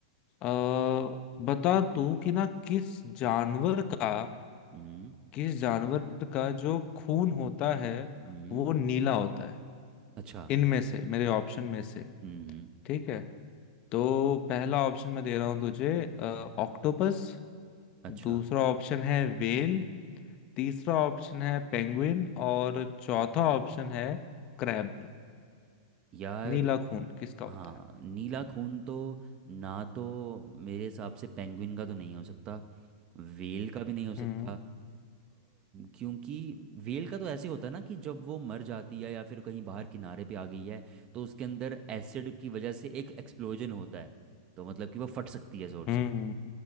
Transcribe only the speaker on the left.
अ, बता तू कि ना किस जानवर का
किस जानवर का जो खून होता है
वो नीला होता है
इनमें से मेरे ऑप्शन में से
ठीक है तो पहला ऑप्शन मैं दे रहा हूँ तुझे ऑक्टोपस
दूसरा ऑप्शन है व्हेल तीसरा ऑप्शन है पेंगुइन और चौथा ऑप्शन है क्रैब
नीला खून किसका होता
है
हम्म
हम्म